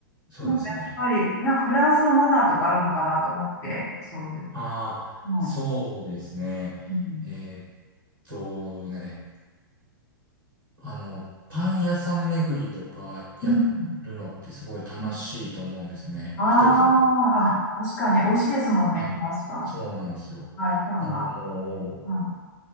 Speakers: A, on the right; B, on the left.
A: そうですね。
B: なんかやっぱり、なんかフランスのマナーとかあるのかなと思って、そういう。
A: ああ、
B: うん。
A: そうですね。
B: うん。
A: えーっとね。あの、パン屋さん巡りとかやるのってすごい楽しいと思うんですね。
B: うんああ、
A: 一つの。
B: あ、確かに美味しいですもんね、
A: あのはい。
B: フランスパン。
A: そうなんですよ。
B: はい、パンが。
A: なんかも
B: うん。